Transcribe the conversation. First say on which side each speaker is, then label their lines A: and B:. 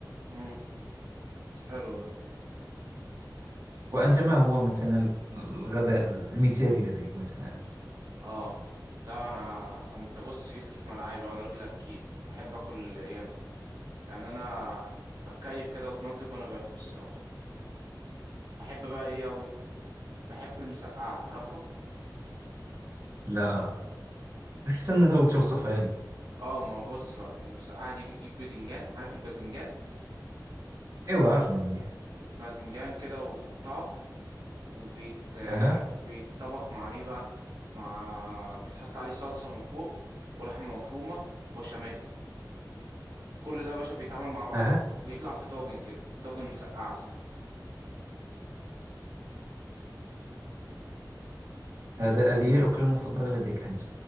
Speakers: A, on the right; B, on the right.
A: امم حلو ده
B: وأنت ما هو مثلا الغداء المثالي لديك مثلا أنت؟
A: اه لا انا انت بص جيت لي في ملعبي بقى انا راجل اكيل بحب اكل ياما يعني انا بتكيف كده واتمزج وانا باكل الصراحه بحب بقى ايه اوي بحب المسقعه تعرفها
B: لا أحسن لو توصفها لي
A: اه ما بص بقى المسقعه دي بتجيب بدنجان عارف الباذنجان
B: أيوة عارف بلينجهام
A: باذنجان كده وتقطعه وبيت آه،
B: أها
A: بيتطبخ مع ايه بقى مع بيتحط عليه صلصة من فوق ولحمة مفرومة وبشاميل كل ده يا باشا بيتعمل مع بعضه
B: أها
A: ويطلع في طاجن كده طاجن مسقعة اسمه
B: هذا هذه هي الأكلة المفضلة لديك أنت